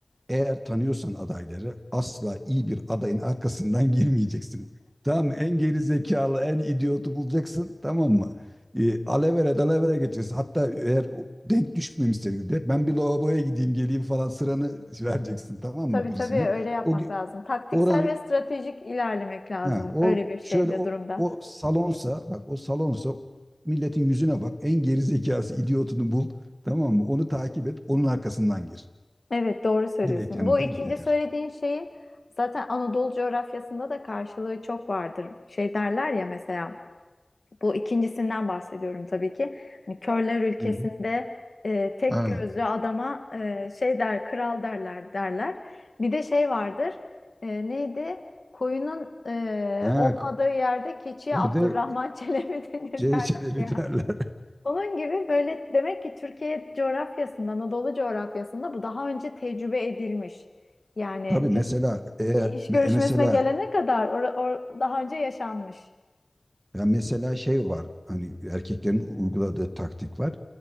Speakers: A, on the right; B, on the left.
A: Eğer tanıyorsan adayları asla iyi bir adayın arkasından girmeyeceksin. Tamam mı? En geri zekalı, en idiotu bulacaksın. Tamam mı? E, alevere dalavere geçeceksin. Hatta eğer o denk düşmemişse de ben bir lavaboya gideyim geleyim falan sıranı vereceksin. Tamam
B: Tabii
A: mı birisine?
B: tabii öyle yapmak
A: O, ge-
B: lazım. Taktiksel
A: oranın
B: ve stratejik ilerlemek lazım
A: He, or
B: öyle bir şeyde
A: şöyle o
B: durumda.
A: o salonsa bak o salonsa milletin yüzüne bak. En gerizekası idiotunu bul. Tamam mı? Onu takip et. Onun arkasından gir.
B: Evet doğru söylüyorsun.
A: Direkt yani
B: Bu
A: denk
B: ikinci
A: getir.
B: söylediğin şeyin zaten Anadolu coğrafyasında da karşılığı çok vardır. Şey derler ya mesela bu ikincisinden bahsediyorum tabii ki. Hani körler ülkesinde
A: Hı hı.
B: e, tek
A: Ha.
B: gözlü adama e, şey der kral derler derler. Bir de şey vardır. E, neydi? Koyunun e,
A: Ha,
B: olmadığı
A: k-
B: yerde keçiye
A: öde
B: Abdurrahman Çelebi <laughs> denir
A: CS'de
B: derler
A: biterler.
B: ya. Onun gibi böyle demek ki Türkiye coğrafyasında, Anadolu coğrafyasında bu daha önce tecrübe edilmiş. Yani
A: <laughs> Tabii mesela
B: biz
A: eğer
B: iş görüşmesine
A: me- e mesela
B: gelene kadar or, or- daha önce yaşanmış.
A: Ya mesela şey var hani erkeklerin uyguladığı taktik var.